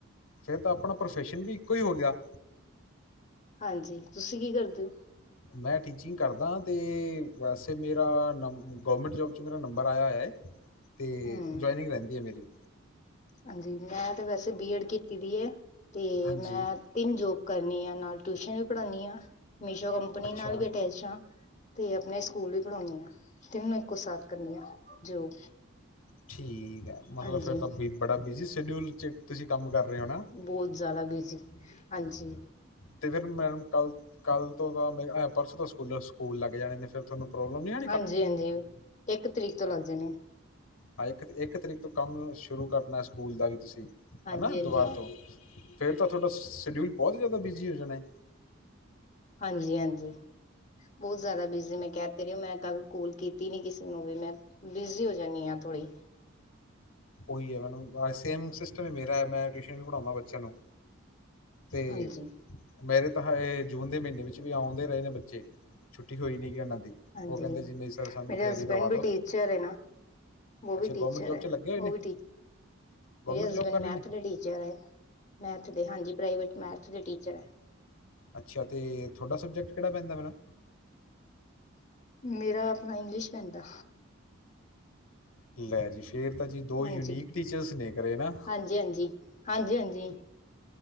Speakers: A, on the left; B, on the left.
A: ਫਿਰ ਤਾਂ ਆਪਣਾ ਪ੍ਰੋਫੈਸ਼ਨ ਵੀ ਇੱਕੋ ਹੀ ਹੋ ਗਿਆ
B: ਹਾਂਜੀ, ਤੁਸੀਂ ਕੀ ਕਰਦੇ ਹੋ
A: ਮੈਂ ਟੀਚਿੰਗ ਕਰਦਾਂ ਤੇ ਵੈਸੇ ਮੇਰਾ ਨ ਗੌਰਮੈਂਟ ਜੋਬ 'ਚ ਮੇਰਾ ਨੰਬਰ ਆਇਆ ਹੈ ਹੈ
B: <unintelligible>
A: ਤੇ
B: ਹਮ
A: ਜੁਆਇਨਿੰਗ ਰਹਿੰਦੀ ਹੈ ਮੇਰੀ
B: ਹਾਂਜੀ ਮੈਂ ਤੇ ਵੈਸੇ ਬੀਐਡ ਕੀਤੀ ਦੀ ਹੈ, ਤੇ
A: ਹਾਂਜੀ,
B: ਮੈਂ ਤਿੰਨ ਜੋਬ ਕਰਨੀ ਆ ਨਾਲ ਟਿਊਸ਼ਨ ਵੀ ਪੜਾਉਂਦੀ ਹਾਂ, ਮੀਸ਼ੋ ਕੰਪਨੀ
A: ਅੱਛਾ
B: ਨਾਲ ਵੀ ਅਟੈਚ ਹਾਂ ਤੇ ਆਪਣੇ ਸਕੂਲ ਵੀ ਪੜ੍ਹਾਉਂਣੀ ਆਂ, ਤਿੰਨੋ ਇੱਕੋ ਸਾਥ ਕਰਨੀ ਆ ਜੋਬਸ,
A: ਠੀਕ ਹੈ। ਮਤਲਬ
B: ਹਾਂਜੀ
A: ਫਿਰ ਤਾਂ ਬ ਬੜਾ ਬਿਜ਼ੀ ਸ਼ਡਿਊਲ 'ਚ ਤੁਸੀਂ ਕੰਮ ਕਰ ਰਹੇ ਹੋ ਨਾ?
B: ਬਹੁਤ ਜ਼ਿਆਦਾ ਬਿਜ਼ੀ, ਹਾਂਜੀ।
A: ਤੇ ਫਿਰ ਮੈਡਮ ਕੱਲ੍ਹ, ਕੱਲ੍ਹ ਤੋਂ ਤਾਂ ਮੇਰੇ ਪਰਸੋਂ ਤੋਂ ਸਕੂਲ, ਸਕੂਲ ਲੱਗ ਜਾਣੇ ਨੇ ਫਿਰ ਤੁਹਾਨੂੰ ਪ੍ਰੋਬਲਮ ਨੀ ਹੈ
B: ਹਾਂਜੀ -ਹਾਂਜੀ, ਇੱਕ ਤਰੀਕ ਤੋਂ ਲੱਗ ਜਾਣੇ ਆ।
A: ਹਾਂ, ਇੱਕ, ਇੱਕ ਤਰੀਕ ਤੋਂ ਕੰਮ ਸ਼ੁਰੂ ਕਰਨਾ ਸਕੂਲ ਦਾ ਵੀ ਤੁਸੀਂ
B: ਹਾਂਜੀ
A: ਹੈਨਾ ਦੁਬਾਰ
B: ਹਾਂਜੀ
A: ਤੋਂ, ਫਿਰ ਤਾਂ ਤੁਹਾਡਾ ਸ਼ਡਿਊਲ ਬਹੁਤ ਜ਼ਿਆਦਾ ਬਿਜ਼ੀ ਹੋ ਜਾਣਾਏ।
B: ਹਾਂਜੀ ਹਾਂਜੀ। ਬਹੁਤ ਜ਼ਿਆਦਾ ਬਿਜ਼ੀ। ਮੈਂ ਕਹਿ ਤੇ ਰਹੀ ਹੋ ਮੈਂ ਕੱਲ ਕੋਲ ਕੀਤੀ ਨੀ ਕਿਸੇ ਨੂੰ ਵੀ ਮੈਂ। ਬਿਸ਼ੀ ਹੋ ਜਾਂਣੀ ਆ ਥੋੜ੍ਹੀ।
A: ਉਹੀ ਹੈ ਮੈਨ ਸੇਮ ਸਿਸਟਮ ਹੀ ਮੇਰਾ ਐ ਮੈਂ ਟਿਊਸ਼ਨ ਵੀ ਪੜਾਉਂਦਾ ਬੱਚਿਆਂ ਨੂੰ। ਤੇ
B: ਹਾਂਜੀ
A: ਮੇਰੇ ਤਾਂ ਇਹ ਜੂਨ ਦੇ ਮਹੀਨੇ ਵਿੱਚ ਵੀ ਆਉਂਦੇ ਰਹੇ ਨੇ ਬੱਚੇ। ਛੁੱਟੀ ਹੋਈ ਨਹੀਂ ਗ ਉਹਨਾਂ ਦੀ
B: ਹਾਂਜੀ
A: ਉਹ ਕਹਿੰਦੇ ਜੀ ਨਹੀਂ ਸਰ ਸਾਨੂੰ
B: ਮੇਰੇ
A: ਤਿਆਰੀ
B: ਹਸਬੈਂਡ
A: ਕਰਵਾ ਦੋ।
B: ਵੀ ਟੀਚਰ ਹੈ ਨਾ ਉਹ ਵੀ
A: ਅੱਛਾ
B: ਟੀਚਰ
A: ਗੌਰਮੈਂਟ ਜੋਬ ਚ
B: ਹੈ
A: ਲੱਗੇ ਹੋਏ
B: ਉਹ
A: ਨੇ।
B: ਵੀ
A: ਗਵਰਨਮੈਂਟ
B: ਮੇਰੇ ਹਸਬੈਂਡ
A: ਜੌਬ ਕਰ ਰਹੇ
B: ਮੈਥ
A: ਨੇ
B: ਦੇ ਟੀਚਰ ਹੈ। ਮੈਥ ਦੇ। ਹਾਂਜੀ ਪ੍ਰਾਈਵੇਟ ਮੈਥ ਦੇ ਟੀਚਰ ਹੈ।
A: ਅੱਛਾ ਅਤੇ ਤੁਹਾਡਾ ਸਬਜੈਕਟ ਕਿਹੜਾ ਪੈਂਦਾ ਮੈਡਮ।
B: ਮੇਰਾ ਆਪਣਾ ਇੰਗਲਿਸ਼ ਪੈਂਦਾ।
A: ਲੈ ਜੀ ਫੇਰ ਤਾਂ ਜੀ ਦੋ
B: ਹਾਂਜੀ
A: ਯੂਨੀਕ ਟੀਚਰਸ ਨੇ ਘਰੇ ਹਨਾ।
B: ਹਾਂਜੀ। ਹਾਂਜੀ ਹਾਂਜੀ